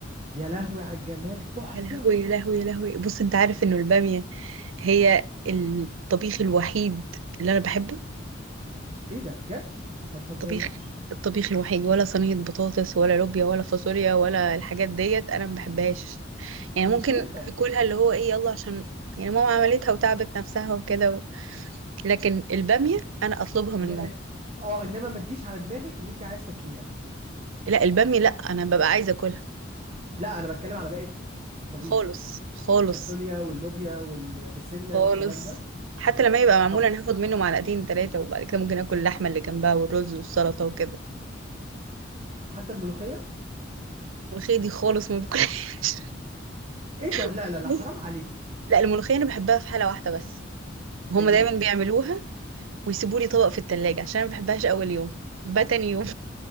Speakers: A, on the right; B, on the right.
A: يا لهوي على الجمال تحفة
B: يا لهوي يا لهوي يا لهوي بص انت عارف انه البامية هي الطبيخ الوحيد اللي انا بحبه
A: ايه ده بجد ما تهزريش
B: طبيخ الطبيخ الوحيد ولا صينية بطاطس ولا لوبيا ولا فاصوليا ولا الحاجات ديت انا ما بحبهاش يعني
A: يا
B: ممكن
A: شيخة
B: اكلها اللي هو ايه يلا عشان يعني ماما عملتها وتعبت نفسها وكده لكن البامية أنا أطلبها من
A: إن...
B: ماما
A: اه انما ما تجيش على دماغك ان انت عايز تاكليها
B: لا البامية لا أنا ببقى عايزة أكلها
A: لا انا بتكلم على باقي الطبيخ
B: خالص خالص
A: الفاصوليا واللوبيا والبسلة
B: خالص
A: والكلام ده
B: حتى لما يبقى معمول
A: طب
B: أنا هاخد منه معلقتين تلاتة وبعد كده ممكن آكل اللحمة اللي جنبها والرز والسلطة وكده
A: حتى الملوخية
B: الملوخية دي خالص ما باكلهاش
A: ايه ده لا
B: <laughs>
A: لا لا
B: بص
A: حرام عليكي
B: لا الملوخية أنا بحبها في حالة واحدة بس هما
A: ايوه
B: دايما بيعملوها ويسيبوا لي طبق في التلاجة عشان أنا ما بحبهاش أول يوم بحبها تاني يوم